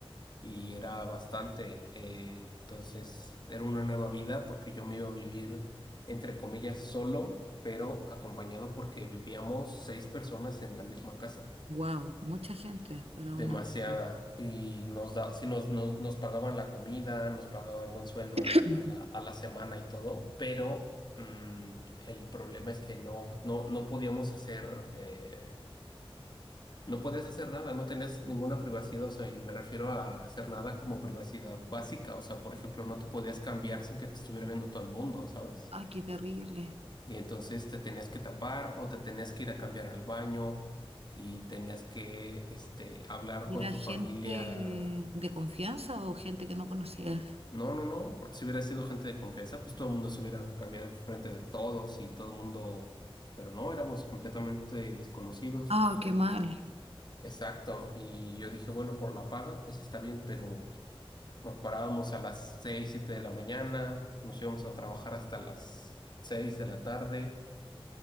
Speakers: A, on the left; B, on the right.
A: y era bastante. eh, entonces era una nueva vida porque yo me iba a vivir entre comillas solo, pero acompañado porque vivíamos seis personas en la misma casa.
B: Wow, mucha gente para
A: demasiada
B: una casa.
A: y nos da, sí nos, nos, nos pagaban la comida, nos pagaban buen sueldo
B: <clears throat>
A: al- a la,
B: Mm.
A: a la semana y todo, pero mm, el problema es que no, no, no podíamos hacer, eh, no podías hacer nada, no tenías ninguna privacidad, o sea, y me refiero a hacer nada como privacidad básica, o sea, por ejemplo, no te podías cambiar sin que te estuviera viendo todo el mundo, ¿sabes?
B: Ay, qué terrible.
A: Y entonces te tenías que tapar o te tenías que ir a cambiar al baño y tenías que este, hablar
B: ¿Y
A: con
B: ¿Era
A: tu
B: gente
A: familia
B: de confianza o gente que no conocías?
A: No, no, no, porque si hubiera sido gente de confianza, pues todo el mundo se hubiera cambiado enfrente de todos y todo el mundo, pero no, éramos completamente desconocidos.
B: Ah, qué mal.
A: Exacto, y yo dije, bueno, por la paga, pues está bien, pero nos parábamos a las seis, siete de la mañana, nos íbamos a trabajar hasta las seis de la tarde